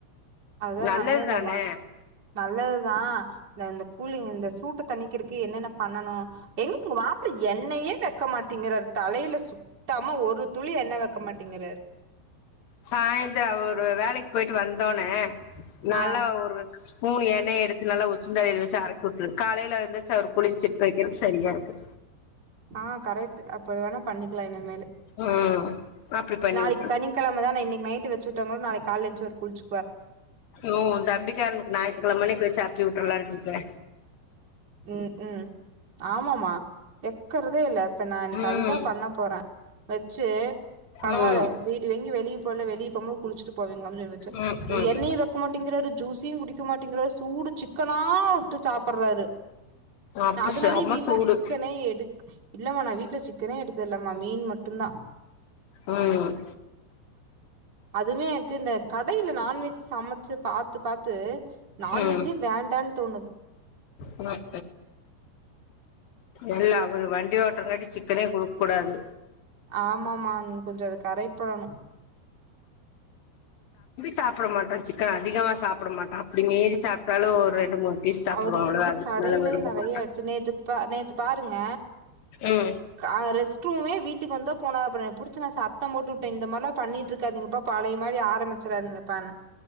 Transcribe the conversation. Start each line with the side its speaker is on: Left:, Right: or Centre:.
Right: அதான்
Left: நல்லது
Right: நானே இந்த
Left: தானே
Right: மா நல்லதுதா இந்த கூலிங் இந்த சூட்ட தண்ணிக்கிறது என்னென்ன பண்ணனும் எங்க உங்க வாப்பல எண்ணெயே வைக்க மாட்டேங்கிறாரு தலையில சுத்தமா ஒரு துளி எண்ணெயவைக்க மாட்டேங்கிறாரு
Left: சாயந்தரம் அவர் வேலைக்கி போயிட்டு வந்த உடனே ஹ நல்லா
Right: ஆ
Left: ஒரு ஸ்பூன் எண்ணெய் எடுத்து நல்லா உச்சந்தாலல் வச்சு அரக்கி விட்டுரு காலையில எந்திருச்சி அவரு குளிச்சிட்டுக்கிறதுக்கு சரியா இருக்கு
Right: ஆஹா கரெக்ட் அப்படி வென பண்ணிக்கலாம் இனிமேல்
Left: ம் அப்டி பண்ணி
Right: நாளைக்கு
Left: விட்ரு
Right: சனிக்கிழம தானா இன்னைக்கு நைட்டு வச் சூடாக கோல நாளைக்கு காலைல ஏந்திச் குளிச்
Left: ம் தம்பிக்காரன்கு ஞாயிற்றுகிழம அன்னைக்கு அப்பி விற்றுளம்டூ யே
Right: உம் உம் ஆமா மா வக்கிறதே இல்ல இப்ப நான் எனக்கு
Left: ம்
Right: அதுதா பண்ண போறேன் வச்சு பரவாயில்ல
Left: ம்
Right: வீட்டு வெங்கி வெளிய போல வெளிப்போ குளிச்சிட்டு போவிங்களானு வெச்ச
Left: ம் ம்
Right: எண்ணையே வெக்க மாட்டேங்கிறாரு ஜூசையு குடிக் சு மாட்டேங்கிறாரு சூடு சிக் சிக்கனா வுட்டு சாப்பிர்றாரு
Left: அப்ப
Right: அதனாலயே
Left: செம
Right: வீட்டுல
Left: சூடு
Right: சிக்கனே எடுக் இல்லம்மா ந வீட்ல சிக் கனே எடுக்கலமா மீன் மட்டு தா
Left: ம்
Right: அதுமே கு இந்த கடையில நான்வெஜ் சமச்சு பாத்து பாத்து நான்வெஜு
Left: ம்
Right: வேண்டான் தோணுது
Left: ம் எல்லா ஒரு வண்டி ஓட்டுறங்காட்டி சிக்கனே குடுக் கூடாது
Right: ஆமாமாங் கொஞ்ச அது கரைட் பண்ணணு
Left: சாப்ட மாட்டோ சிக்கன் அதிகமா சாப்ட மாட்டோ அப்படி மீறி சாப்ட்டாலு ஒரு ரெண்டு மூணு பீஸ் சாப்பிடுவா
Right: அவரு
Left: அவ்வளவுதா
Right: இவரு
Left: அதுக்கு
Right: கடையிலயே
Left: மேல விரும்ப
Right: நெறைய
Left: மாட்டா
Right: எடுத்து நேத்து ப நேத்து பாருங்க
Left: ம்
Right: கா ரெஸ்ட் ரூமே வீட் வீட்டுக்கு வந்துதா போனாரு அப்புறோ புடிச்சு நா சத்தம் போட்டு வுட்டே இந்த மாரிலா பண்ணிட்டு இருக்காதிங்கப்பா பழைய மாரி ஆரமிச்சிடாதீங்கப்பான்னு